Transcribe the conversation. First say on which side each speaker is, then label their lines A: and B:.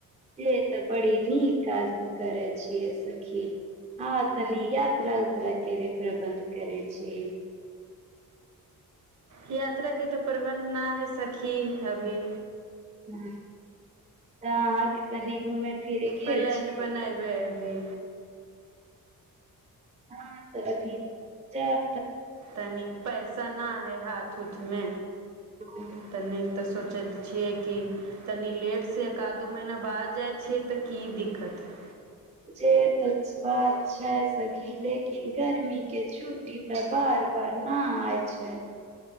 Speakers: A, on the right; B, on the right.
A: से तऽ बड़ी नीक काज तू करै छियै सखी हँ तनि यात्रा उतरा के प्रबन्ध करै छियै
B: यात्रा के तऽ प्रबन्ध ना हस सखी अभी
A: तऽ अहाँके तनि घूमे फिरे गेल
B: प्लान
A: छी
B: बनेबै हूँ
A: हँ तऽ अभी जायब
B: तनि पैसा ना हय हाथ उूथमे
A: छै
B: तऽ नहि तऽ सो- -चल छियै की तनि लेटसँ एक आध दू महीना बाद जाइ छियै तऽ की दिक्कत हइ
A: जे तऽ बात छै सखी लेकिन गर्मीके छुट्टी तऽ बार बार न आइ छै